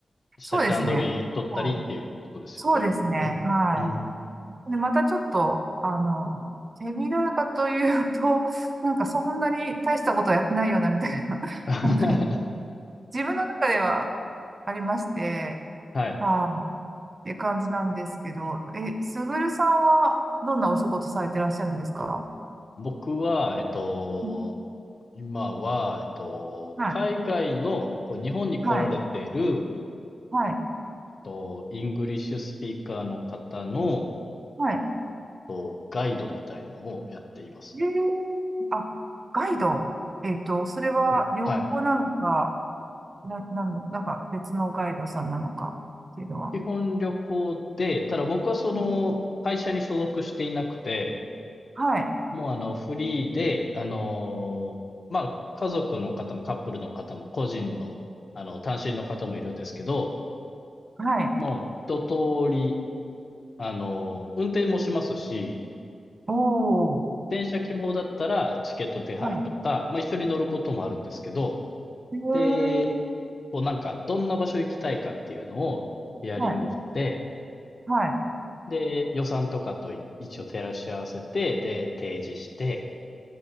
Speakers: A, on the left; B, on the right.
A: したり、
B: そうですね。
A: 段取り取ったりっていうことですよね。
B: はい。そうですね。は
A: うん。
B: い。で、またちょっと、あの、手広いかというと、<laughs> なんかそんなに大したことはやってないようなみたいな、<laughs>
A: <laughs>
B: なんか、自分の中ではありまして、
A: はい。
B: はい。っていう感じなんですけど、え、すぐるさんはどんなお仕事されてらっしゃるんですか
A: 僕は、えっと、
B: うん
A: 今は、えっと、
B: はい、
A: 海外の、こう、日本に来られている、
B: はい、はい、
A: えっと、イングリッシュスピーカーの方の、えっ
B: はい。
A: と、ガイドみたいのをやっていますね。
B: ええあ、ガイド。えっと、それは旅行なのか、
A: そうはい。
B: な、なんの、なんか別のガイドさんなのかっていうのは。
A: 基本旅行で、ただ僕はその、
B: うん
A: 会社に所属していなくて、
B: はい、
A: もうあの、フリーで、あのー、まあ、家族の方もカップルの方も個人の、あの、単身の方もいるんですけど、
B: はい。
A: もう一通りあの、運転もしますし、
B: おー、
A: 電車希望だったらチケット手配とか、
B: は
A: まあ、一緒に乗ることもあるんですけど、
B: い。ええ
A: で、こうなんか、どんな場所行きたいかっていうのをヒアリングして、
B: はい、はい、
A: で、予算とかとい一応照らし合わせて、で、提示して、